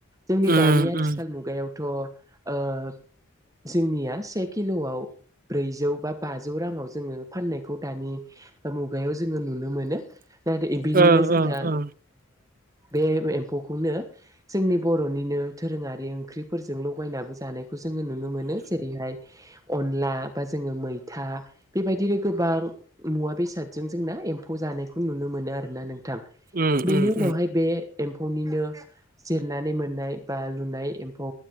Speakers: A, on the right (about 15°); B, on the right (about 40°).
A: जोंनि दानि
B: उम
A: आथिखाल
B: उम
A: मुगायाव थ' ओ जोंनिया से किल'व ब्रैजौ बा बाजौ राङाव जोङो फाननायखौ दानि मुगायाव जोङो नुनो मोनो। ना बिनिनो
B: ओ
A: जोंना
B: ओ ओ
A: बे एम्फौखौनो जोंनि बर'निनो दोरोङारि ओंख्रिफोरजों लगायनाबो जानाय खौ जोङो नुनो मोनो जेरैहाय अनला बा जोङो मैथा बेबायदिनो गोबां मुवा बेसादजों जोंना एम्फौ जानायखौ नुनो मोनो आरोना नों
B: उम
A: बेनि
B: उम
A: उनावहाय
B: उम
A: बे एम्फौनिनो जिरनानै मोननाय बा लुनाय एम्फौ